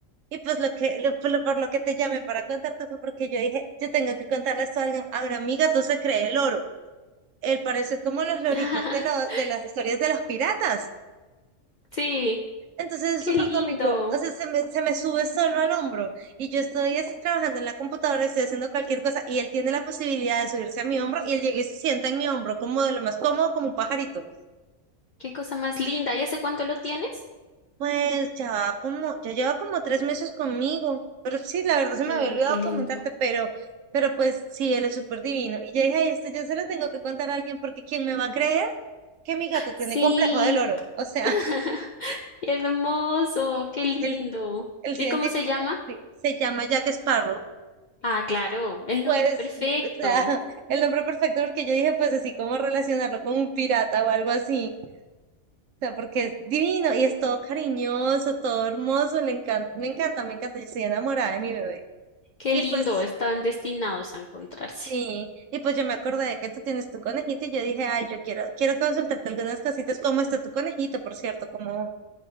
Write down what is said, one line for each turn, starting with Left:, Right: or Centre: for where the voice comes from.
Right: Y pues lo que, lo- por lo por lo que te llamé para contarte fue porque yo dije, yo tengo que contarle esto a alguien. Ahora, amiga, tú se cree el oro. Él parece como los loritos
Left: <laughs>
Right: de, lo- de las historias de los piratas.
Left: Sí,
Right: Entonces es
Left: qué
Right: súper
Left: lindo.
Right: cómico, o sea, se me, se me sube solo al hombro y yo estoy así trabajando en la computadora, estoy haciendo cualquier cosa y él tiene la posibilidad de subirse a mi hombro y él llega y se sienta en mi hombro como de lo más cómodo, como un pajarito.
Left: Qué cosa más linda. ¿Y hace cuánto lo tienes?
Right: Pues ya va como, ya lleva como tres meses conmigo, pero sí, la verdad se me
Left: Ay,
Right: había olvidado
Left: qué lindo.
Right: comentarte, pero, pero pues sí, él es súper divino. Y yo dije, ay, esto yo se lo tengo que contar a alguien porque ¿quién me va a creer que mi gato tiene
Left: Sí,
Right: complejo del oro? O sea,
Left: <laughs> hermoso, qué
Right: <laughs>
Left: lindo.
Right: él, él se
Left: ¿Y
Right: identifica,
Left: cómo se llama?
Right: sí, se llama Jack Sparrow.
Left: Ah, claro, el
Right: Pues,
Left: nombre perfecto.
Right: o sea, <laughs> el nombre perfecto porque yo dije, pues así como relacionarlo con un pirata o algo así. O sea, porque es divino y es todo cariñoso, todo hermoso, le encanta, me encanta, me encanta, yo estoy enamorada de mi bebé.
Left: Qué
Right: Y
Left: lindo,
Right: pues,
Left: estaban destinados a encontrarse.
Right: sí, y pues yo me acordé de que tú tienes tu conejito y yo dije, ay, yo quiero, quiero consultarte algunas cositas. ¿Cómo está tu conejito, por cierto? cómo